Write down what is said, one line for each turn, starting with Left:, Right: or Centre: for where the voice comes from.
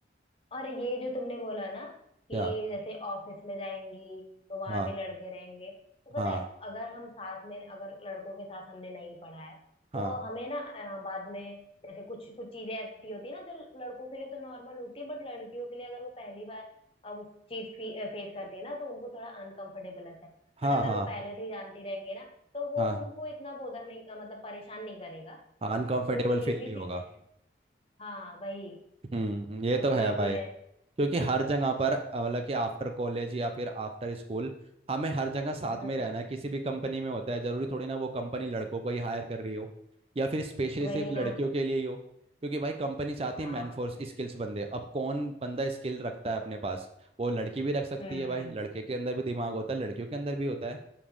Left: और ये जो तुमने बोला ना कि
Right: क्या
Left: जैसे ऑफिस में जाएंगी तो वहां
Right: हाँ
Left: भी लड़के रहेंगे तो पता
Right: हाँ
Left: है अगर हम साथ में अगर लड़कों के साथ हमने नहीं पढ़ा है
Right: हाँ
Left: तो हमें ना अ, बाद में जैसे कुछ कुछ चीजें ऐसी होती है ना जो लड़कों के लिए तो नॉर्मल होती है बट लड़कियों के लिए अगर वो पहली बार अब वो चीज फेस करती है ना तो उनको थोड़ा अनकंफर्टेबल लगता है
Right: हाँ
Left: बट अगर
Right: हाँ
Left: वो पहले से ही जानती रहेंगे ना तो वो
Right: हाँ
Left: उनको इतना बोधर नहीं अ, मतलब परेशान नहीं करेगा
Right: अनकंफर्टेबल
Left: तो ये
Right: फील
Left: भी
Right: नहीं
Left: चीज
Right: होगा
Left: है हाँ वही
Right: हम्म ये
Left: तो
Right: तो है
Left: ये
Right: भाई
Left: भी है
Right: क्योंकि हर जगह पर अ, मतलब कि आफ्टर कॉलेज या फिर आफ्टर स्कूल हमें हर जगह साथ
Left: हम्म
Right: में रहना है किसी भी कंपनी में होता है जरूरी थोड़ी ना वो कंपनी लड़कों को ही हायर कर रही हो या फिर स्पेशली
Left: वही
Right: सिर्फ लड़कियों
Left: ना
Right: के लिए ही हो क्योंकि भाई कंपनी चाहती
Left: हाँ
Right: है मैनफोर्स स्किल्स बंदे अब कौन बंदा स्किल रखता है अपने पास वो लड़की भी रख सकती
Left: हम्म
Right: है भाई लड़के के अंदर भी दिमाग होता है लड़कियों के अंदर भी होता है